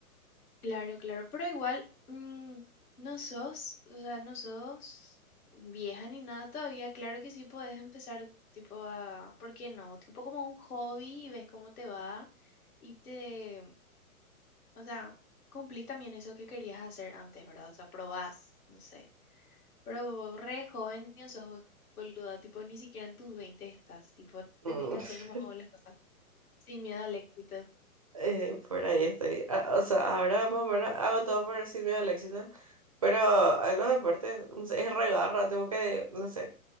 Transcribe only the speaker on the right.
Mm.
<laughs>
Eh, por ahí estoy. Ah, o sea, ahora más o menos hago todo por decir miedo al éxito, pero a los deportes, no sé, es regarra, tengo que, no sé,